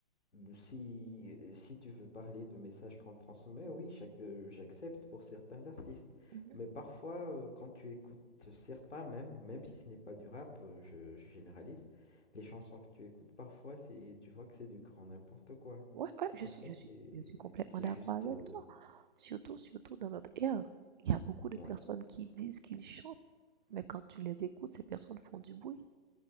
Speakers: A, on the left; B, on the right.
A: Si, si tu veux parler de messages qu'on transmet, oui, j'ac- euh, j'accepte pour certains artistes.
B: Mhm.
A: Mais parfois, euh, quand tu écoutes certains, même, même si ce n'est pas du rap, euh, je, je généralise, les chansons que tu écoutes, parfois, c'est, tu vois que c'est du grand n'importe quoi.
B: Ouais, ouais, je
A: Parfois,
B: suis, je
A: c'est,
B: suis, je suis complètement
A: c'est
B: d'accord
A: juste...
B: avec
A: euh,
B: toi. Surtout, surtout dans notre ère. Il y a beaucoup de
A: ouais,
B: personnes qui disent qu'ils chantent, mais quand tu les écoutes, ces personnes font du bruit.